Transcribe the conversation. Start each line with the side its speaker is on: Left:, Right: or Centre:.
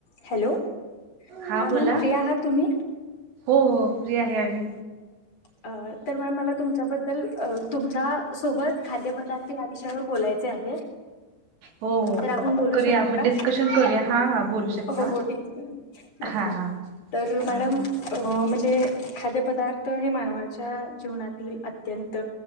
Left: Hello
Right: हा
Left: हां
Right: बोला
Left: ma'am फ्री आहात तुम्ही?
Right: हो हो फ्री आहे आम्ही
Left: अं तर मॅम मला तुम्ही त्याबद्दल तुमच्या सोबत खाद्य पदार्थ या विषयावर बोलायचे आहे.
Right: हो हो
Left: तर आपण बोलू
Right: करूया
Left: शकतो
Right: आपण
Left: का
Right: डिस्कशन करूया हा हा बोलू शकता
Left: हो हो ठीक आहे ओके
Right: हा
Left: तर मॅडम
Right: हा
Left: अं मजे हे खाद्य पदार्थ हे मानव वाच्या जीवनातील अत्यंत